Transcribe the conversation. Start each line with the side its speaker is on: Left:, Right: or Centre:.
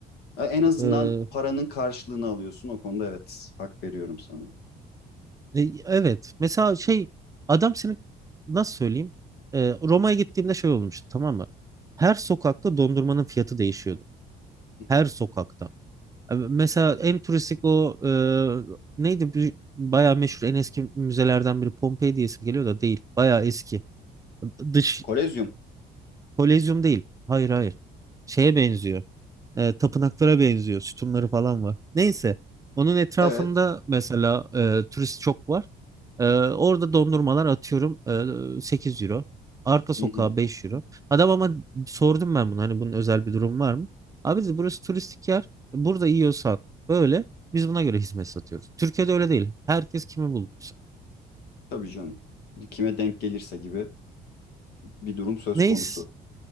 Left: E, En azından
Right: Ee,
Left: paranın karşılığını alıyorsun. O konuda evet hak veriyorum sana.
Right: e, evet mesela şey adam senin nasıl söyleyeyim? Ee, Roma'ya gittiğimde şey olmuştu tamam mı? Her sokakta dondurmanın fiyatı değişiyordu.
Left: Hı
Right: Her
Left: hı.
Right: sokakta. Ee, Mesela en turistik o e, neydi? Bir- Bayağı meşhur en eski müzelerden biri Pompei diye isim geliyor da değil. Bayağı eski. Dış
Left: Kolezyum.
Right: Kolezyum değil. Hayır hayır. Şeye benziyor. e, tapınaklara benziyor. Sütunları falan var. Neyse. Onun etrafında
Left: Evet.
Right: mesela e, turist çok var. E, orada dondurmalar atıyorum e, 8 euro. Arka sokağa
Left: Hı hı.
Right: 5 euro. Adam ama sordum ben bunu hani bunun özel bir durum var mı? Abi dedi burası turistik yer. Burada yiyorsan böyle biz buna göre hizmet satıyoruz. Türkiye'de öyle değil. Herkes kimi bulduysa.
Left: Tabii canım. Kime denk gelirse gibi bir durum söz
Right: Neyse
Left: konusu.